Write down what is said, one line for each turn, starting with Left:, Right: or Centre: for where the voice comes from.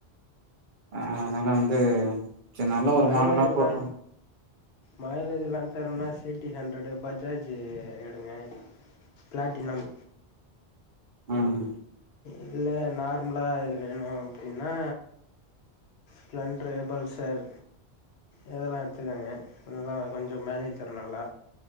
Right: ஆ அதனால வந்து சரி நல்ல ஒரு
Left: மைலேஜ்
Right: மாடலா போட்டு
Left: தா மைலேஜ்லா தெர்னா சிடி ஹண்ட்ரடு பஜாஜ் எடுங்க பிளாட்டினம்
Right: ம்
Left: இல்ல நார்மலா இது வேணும் அப்டின்னா ஸ்பெளண்ட்டர் பல்சர் இதெல்லா எடுத்துக்கோங்க அதெல்லா கொஞ்சம் மேலேஜ் தரும் நல்லா